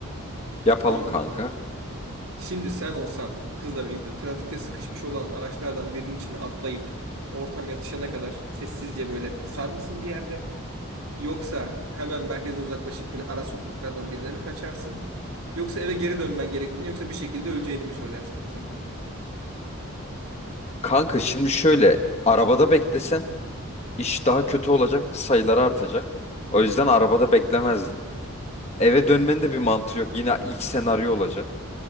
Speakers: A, on the left; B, on the right.
A: Yapalım
B: Tamam
A: kanka.
B: mı? Şimdi sen olsan kızla birlikte trafikte sıkışmış olan araçlardan birinin içine atlayıp ortam yatışana kadar sessizce böyle pusar mısın bir yerde? Yoksa hemen merkezden uzaklaşıp böyle ara sokaklardan birine mi kaçarsın? Yoksa eve geri dönmen gerektiğini yoksa bir şekilde öleceğini mi söylersin kıza?
A: Kanka şimdi şöyle arabada beklesen iş daha kötü olacak sayıları artacak. O yüzden
B: Hı hı.
A: arabada beklemezdim. Eve
B: Evet.
A: dönmenin de bir mantığı yok. Yine ilk senaryo olacak.